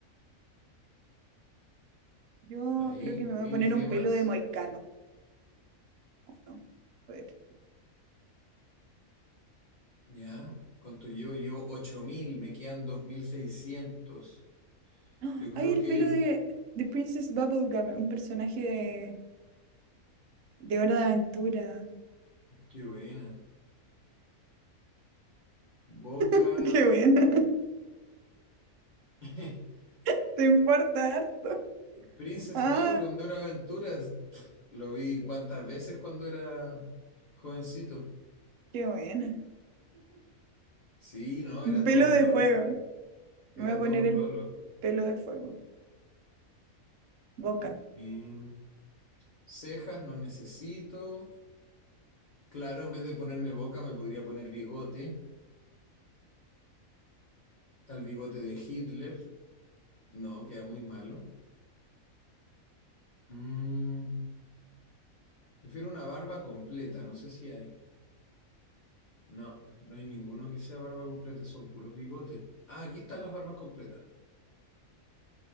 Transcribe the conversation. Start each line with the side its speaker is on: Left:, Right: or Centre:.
Right: Yo
Left: Ahí,
Right: creo que me
Left: mil
Right: voy a poner
Left: gemas.
Right: un pelo de moicano. ¿O no? A ver. <gasps>
Left: Ya, ¿cuánto llevo? Llevo 8.000, me quedan 2.600.
Right: ¡Ah!
Left: Yo creo
Right: Hay el
Left: que...
Right: pelo de, de Princess Bubblegum, un personaje de, de Hora de Aventura.
Left: Qué buena. Boca...
Right: <laughs> Qué buena.
Left: <laughs>
Right: <laughs> Te importa harto.
Left: Princess
Right: Ah,
Left: Bubblegum de Hora de Aventuras. Lo vi cuántas veces cuando era jovencito.
Right: qué buena.
Left: Sí, no,
Right: Un
Left: era
Right: pelo
Left: todo un
Right: de
Left: lolo.
Right: fuego. Me
Left: Era
Right: voy a poner
Left: todo un
Right: el
Left: lolo.
Right: pelo de fuego. Boca.
Left: Em, cejas no necesito. Claro, en vez de ponerme boca me podría poner bigote. Tal bigote de Hitler. No, queda muy malo. Mm, Prefiero una barba completa, no sé si hay. No, no hay ninguno que sea barba completa, son puros bigotes. Ah, aquí están las barbas completas.